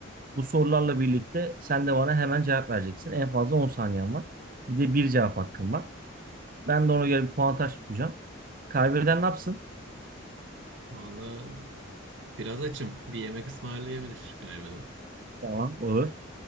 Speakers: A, on the right; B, on the right.
A: Bu sorularla birlikte sen de bana hemen cevap vereceksin. En fazla 10 saniyen var. Bir de bir cevap hakkın var. Ben de ona göre bir puantaj tutacağım. Kaybeden ne yapsın?
B: Valla biraz açım. Bir yemek ısmarlayabilir galiba da.
A: Tamam olur.